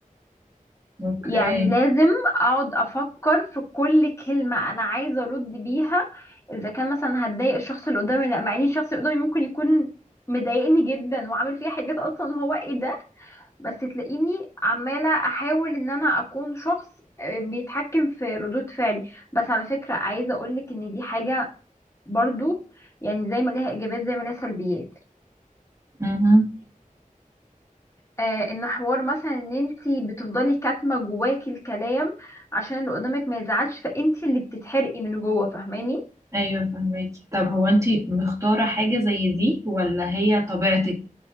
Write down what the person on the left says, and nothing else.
يعني لازم اقعد افكر في كل كلمه انا عايزه ارد بيها اذا كان مثلا هتضايق الشخص اللي قدامي ولا لا مع ان الشخص اللي قدامي ممكن يكون مضايقني جدا وعامل فيها حاجات اصلا هو ايه ده بس تلاقيني عماله احاول ان انا اكون شخص آه، بيتحكم في ردود فعلي بس على فكره عايزه اقولك ان دي حاجه برضو يعني زي ما ليها ايجابيات زي ما ليها سلبيات
آه، ان حوار مثلا ان انتي بتفضلي كاتمه جواكي الكلام عشان اللي قدامك ما يزعلش فانتي اللي بتتحرقي من جوه فاهماني